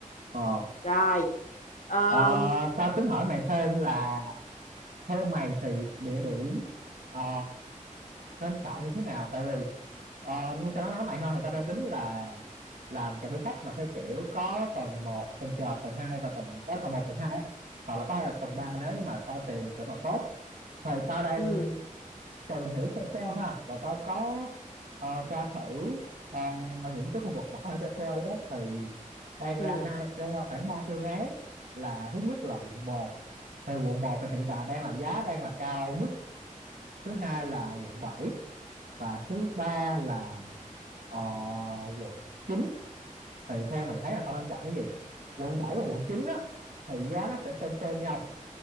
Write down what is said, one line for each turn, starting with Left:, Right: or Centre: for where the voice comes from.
Right: ờ
Left: Rồi. Ờ,
Right: Ờ, tao tính hỏi mày thêm là theo mày thì địa điểm ờ, nên chọn như thế nào tại vì ờ, như tao đã nói mày ha thì tao đang tính là làm cà phê sách mà theo kiểu có tầng một, tầng trệt, tầng hai và tầng ờ, tầng một, tầng 2 á hoặc là có thể là tầng 3 nếu như mà tao tìm được chỗ nào tốt thì tao đang
Left: ừ,
Right: tìm hiểu sơ sơ ha và tao có ờ, tra thử ờ, những cái khu vực mà có thể cho thuê á thì đang
Left: ừ.
Right: ra hai đang ra khoảng ba phương án là thứ nhất là quận 1 thì quận 1 thì hiện tại đang là giá đang là cao nhất thứ hai là quận bảy và thứ ba là ờ, quận chín thì theo mày thấy là tao nên chọn cái gì quận 7 và quận 9 á thì giá nó sẽ xem xem nhau